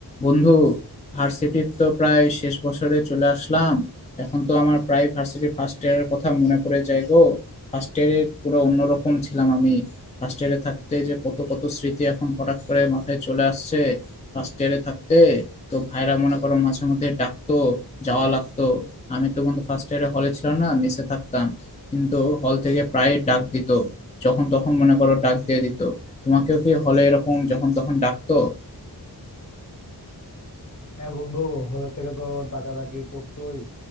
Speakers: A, on the left (about 20°); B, on the left (about 45°).
A: বন্ধু ভার্সিটির তো প্রায় শেষ বছরে চলে আসলাম এখন তো আমার প্রায় ভার্সিটির ফার্স্ট ইয়ারের কথা মনে পড়ে যায় গো ফার্স্ট ইয়ারে পুরো অন্যরকম ছিলাম আমি ফার্স্ট ইয়ারে থাকতে যে কত কত স্মৃতি এখন হঠাৎ করে মাথায় চলে আসছে ফার্স্ট ইয়ারে থাকতে তো ভাইরা মনে করো মাঝে মধ্যে ডাকতো যাওয়া লাগতো আমি তো বন্ধু ফার্স্ট ইয়ারে হলে ছিলাম না মেসে থাকতাম কিন্তু হল থেকে প্রায় ডাক দিত যখন তখন মনে করো ডাক দিয়ে দিত তোমাকেও কি হলে এরকম যখন তখন ডাকতো
B: হ্যাঁ বন্ধু হলের থেকে তো ডাকাডাকি করতোই